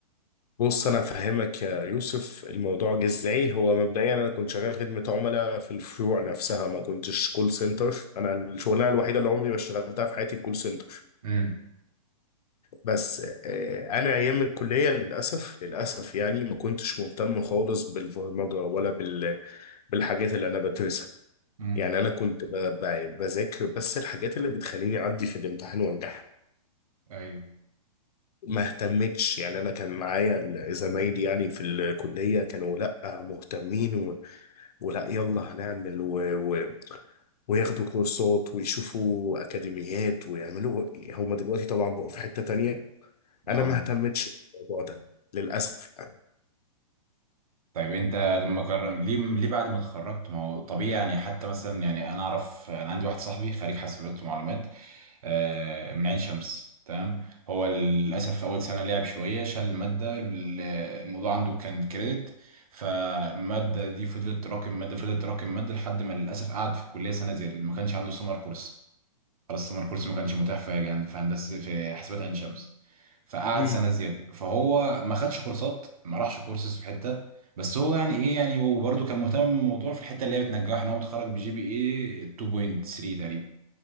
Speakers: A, on the left; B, on the right.
A: بص انا افهمك يا يوسف الموضوع جه ازاي هو مبدئيا انا كنت شغال خدمه عملاء في الفروع نفسها ما كنتش كول سنتر انا الشغلانه الوحيده اللي عمري ما اشتغلتها في حياتي كول سنتر
B: امم
A: بس آه، انا ايام الكليه للاسف للاسف يعني ما كنتش مهتم خالص بالبرمجه ولا بال بالحاجات اللي انا بدرسها
B: امم
A: يعني انا كنت ب- ب- بذاكر بس الحاجات اللي بتخليني اعدي في الامتحان وانجح
B: ايوه
A: ما اهتمتش يعني انا كان معايا ال- زمايلي يعني في الكليه كانوا لا مهتمين و... ولا يلا هنعمل و... و... وياخدوا كورسات ويشوفوا اكاديميات ويعملوا هم دلوقتي طبعا بقوا في حته تانية انا
B: اه
A: ما اهتمتش بالموضوع ده للاسف يعني
B: طيب انت لما قرر ليه ليه بعد ما اتخرجت ما هو طبيعي يعني حتى مثلا يعني انا اعرف انا عندي واحد صاحبي خريج حاسبات ومعلومات آه، من عين شمس تمام هو للاسف في اول سنه لعب شويه شال الماده ال- الموضوع عنده كان كريدت فالماده دي فضلت تراكم ماده فضلت تراكم ماده لحد ما للاسف قعد في الكليه سنه زياده ما كانش عنده سمر كورس خلاص سمر كورس ما كانش متاح في جهن في هندسه في حاسبات عين شمس فقعد
A: مم.
B: سنه زياده فهو ما خدش كورسات ما راحش كورسز في حته بس هو يعني ايه يعني وبرده كان مهتم بالموضوع في الحته اللي هي بتنجحه ان هو متخرج بجي بي اي 2.3 تقريبا